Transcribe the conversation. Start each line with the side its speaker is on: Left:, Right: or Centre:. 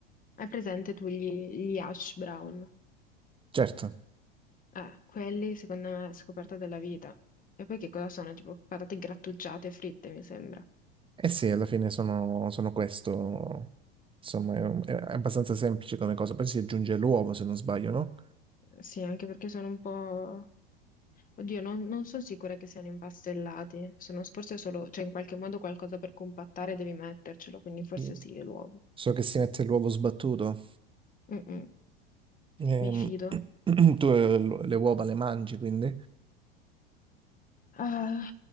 Left: hai presente tu gli, gli hash brown?
Right: Certo.
Left: Eh, quelli secondo me è scoperta della vita. E poi che cosa sono? Tipo patate grattugiate e fritte, mi sembra.
Right: Eh sì, alla fine sono, sono questo. Insomma, è, un- è abbastanza semplice come cosa. Poi si aggiunge l'uovo, se non sbaglio, no?
Left: Sì, anche perché sono un po'... Oddio, non, non sono sicura che siano impastellati. Sono forse solo, cioè in qualche modo qualcosa per compattare devi mettercelo, quindi forse
Right: Sì.
Left: sì, è l'uovo.
Right: So che si mette l'uovo sbattuto.
Left: Mm-mm,
Right: Ehm,
Left: mi fido.
Right: <clears throat> tu eh, l- le uova le mangi, quindi?
Left: Ah,